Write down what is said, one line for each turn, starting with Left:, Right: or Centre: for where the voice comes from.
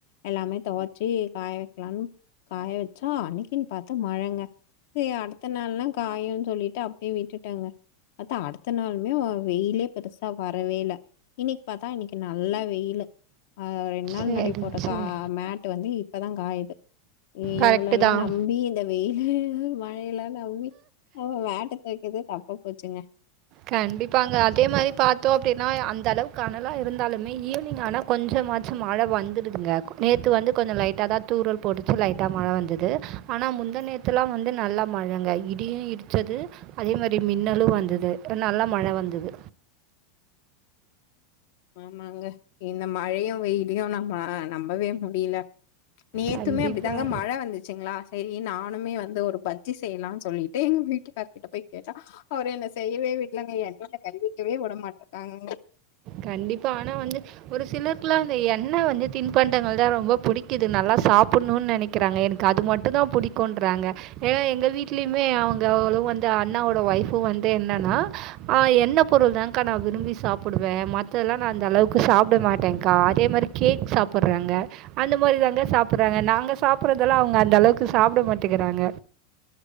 Left: எல்லாமே துவச்சி காய வைக்கலாம்னு காய வச்ச அன்னிக்குன்னு பார்த்து மழங்க அடுத்த நாள்ல்லா காயம்னு சொல்லிட்டு அப்டியே விட்டுட்டங்க பாத்தா அடுத்த நாளுுமே வெயிலே பெருசா வரவேல இன்னிக்கு பார்த்தா இன்னிக்கு நல்லா வெயில் ஆஹ் ரெண்டு நாள்
Right: சரி
Left: முன்னாடி போட்ட
Right: சரி
Left: கா மேட்டு வந்து இப்பதா காயுது
Right: கரெக்டு
Left: இவங்க எல்லா
Right: தான்
Left: நம்பி இந்த வெயில் மழையிலல்லா மேட்ட துவக்கறதே தப்பா போச்சுங்க
Right: கண்டிப்பாங்க அதே மாதிரி பார்த்தோ அப்டின்னா அந்த அளவுக்கு அனல்லா இருந்தாலுமே ஈவினிங் ஆனா கொஞ்சமாச்சு மழ வந்துடுதுங்க நேற்று வந்து கொஞ்ச லைட்டா தா தூறல் போட்டுச்சு லைட்டா மழ வந்தது ஆனா முந்த நேரத்துலா வந்து நல்லா மழங்க இடியும் இடிச்சதது அதே மாதிரி மின்னலும் வந்தது நல்லா மழ வந்தது
Left: ஆமாங்க இந்த மழயும் வெயிலயு நம்ம நம்பவே முடியல நேத்துமே
Right: கண்டிப்பா.
Left: அப்டித்தாங்க மழ வந்துச்சுங்களா சரி நானுமே வந்து ஒரு பஜ்ஜி செய்யலாம்னு சொல்லிட்டு எங்க வீட்டுக்கார கிட்ட போய் கேட்ட அவரு என்ன செய்யவே வீட்டுலங்க என்னங்க கண்டுக்கவே விடமாட்டாங்க
Right: கண்டிப்பா ஆனா வந்து ஒரு சிலருக்குலா அந்த எ வந்து தின்பண்டங்கள் தா ரொம்ப பிடிக்குது நல்லா சாப்டணும்னு நெனைக்கிறாங்க எனக்கு அது மட்டு ம தா புடிக்கும்ன்றாங்க ஏன்னா எங்க வீடலயுமே அவங்க அவ்ளோ வந்து அண்ணாவோட ஒய்ஃப் யு வந்து என்னன்னா என்ன பொருள்்தானக்கா நா விரும்பி சாப்டுவ மத்தெல்லா நா அந்த அளவுக்கு சாப்ட மாட்டங்க்கா அதே மாதிரி கேக் சா புட்றாங்க அந்த மாரி தாங்க சாப்பிட்றாங்க நாங்க சாப்பிட்றதெல்லா அவ்ங்க அந்தளவுக்கு சாப்ட மாட்டிக்கிறாங்க